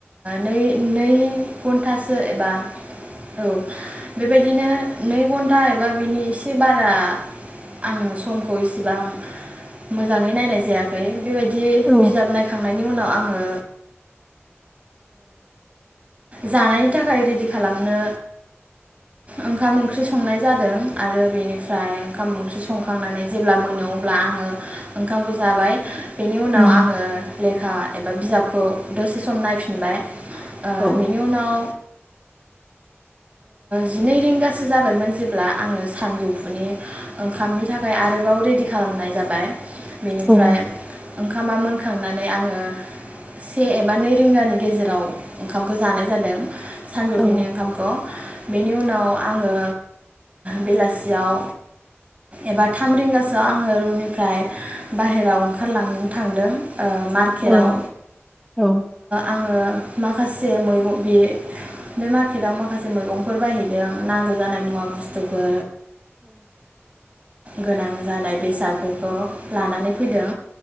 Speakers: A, on the right (about 30°); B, in the centre.
A: नै नै घन्टासो एबा औ बेबायदिनो नै घन्टा एबा बिनि एसे बारा आङो समखौ इसेबां मोजाङै नायनाय जायाखै। बेबायदि
B: औ
A: बिजाब नायखांनायनि उनाव आं आङो जानायनि थाखाय रेडि खालामनो ओंखाम ओंख्रि संनाय जादों। आरो बेनिफ्राय ओंखाम ओंख्रि संखांनानै जेब्ला मोनो अब्ला आङो ओंखामखौ जाबाय। बेनि उनाव
B: उम
A: आङो लेफ लेखा एबा बिजाबखौ दसे सम नायफिनबाय।
B: औ
A: बेनि उनाव जिनै रिंगासो जाबायमोन जेब्ला आङो सानजौफुनि ओंखामनि थाखाय आरोबाव रेडि खालामनाय जाबाय बेनिफ्राय
B: औ
A: ओंखामा मोनखांनानै आङो से एबा नै रिंगानि गेजेराव ओंखामखौ जानाय जादों सानजौफिनि
B: औ
A: ओंखामखौ बिनि उनाव आङो बेलासियाव एबा थाम रिंगासोआव आङो रुमनिफ्राय बाहेरायाव ओंखार ओंखारलांनो थांदों मार्केटाव
B: औ औ
A: आङो माखासे मैगं बे बे मार्केटाव माखासे मैगंफोर बायैदों आं नांगौ जानाय मुवा बुस्थुफोर गोनां जानाय बेसादफोरखौ लानानै फैदों